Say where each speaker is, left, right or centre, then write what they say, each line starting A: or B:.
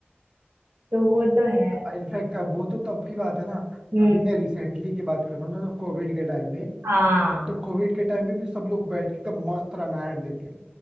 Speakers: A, on the right (about 70°); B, on the right (about 20°).
A: तो वो तो है
B: <laughs> इनफैक्ट अब वो तो तब की बात है ना
A: हम्म
B: अभी मैं रिसेंटली की बात करूँ ना तो कोविड के टाइम पे
A: हाँ
B: तो कोविड के टाइम पे भी सब लोग बैठ के एकदम मस्त रामायण देखते थे